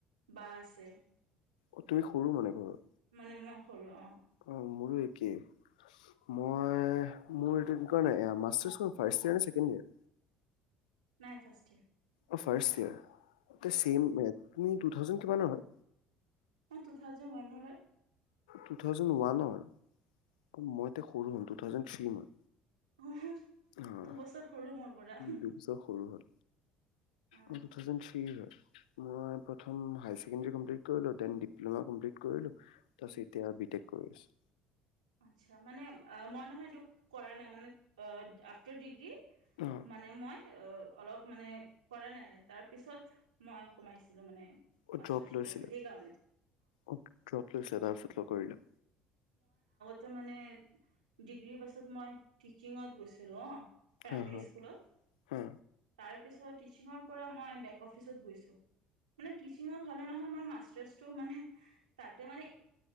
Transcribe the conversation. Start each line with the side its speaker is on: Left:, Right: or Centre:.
Right: বা আছে
Left: অ তুমি সৰু মানে ঘৰৰ
Right: মানে মই সৰু অ
Left: অ মোৰো একে মই মোৰ এইটো কি কয় মাষ্টাৰচ ফাৰ্ষ্ট ইয়েৰ নে ছেকেণ্ড ইয়াৰ
Right: নাই ফাৰ্ষ্ট ইয়াৰ
Left: অ ফাৰষ্ট ইয়াৰ ত ছেম তুমি টু থাউজেন কিমানৰ হয়
Right: মই টু থাউজেণ্ড ওৱানৰ হয়
Left: টু থাউজেণ্ড ওৱানৰ মই তে সৰু হম টু থাউজেন থ্ৰি মই
Right: অ
Left: অ',
Right: দুবছৰ সৰু মোৰ পৰা
Left: দুবছৰ সৰু হ'ল
Right: অ',
Left: মই টু থাউজেন থ্ৰি ৰ হয় মই প্ৰথম হাই ছেকেণ্ডড্ৰি কমপ্লিত কৰিলোঁ ডেন ডিপ্লমা কমপ্লিত কৰিলো তাৰপিছত
Right: উম,
Left: এতিয়া বি টেক কৰি আছো
Right: আচ্ছা মানে মই নহয় এইটো কৰা নাই মানে আফটাৰ ডিগ্ৰী
Left: অ
Right: মানে মই অ অলপ মানে কৰা নাই তাৰপিছত মই সোমাইছিলোঁ মানে
Left: অ
Right: মাষ্টাৰ্ছটো
Left: ড্ৰপ লৈছিলা
Right: কৰিছোঁ সেইকাৰণে
Left: অ ড্ৰপ লৈছিলা তাৰপিছত ল'অ কৰিলা
Right: তে মানে ডিগ্ৰীৰ পাছত মই টিচিঙত গৈছিলো অ প্ৰাইমেৰী
Left: হা হা
Right: স্কুলত
Left: হা
Right: তাৰ পিছত টিছিংৰ পৰা মই বেক অফিচত গৈছো মানে টিছিংত হলে নহয় মই মাষ্টাৰচটো মানে তাতে মানে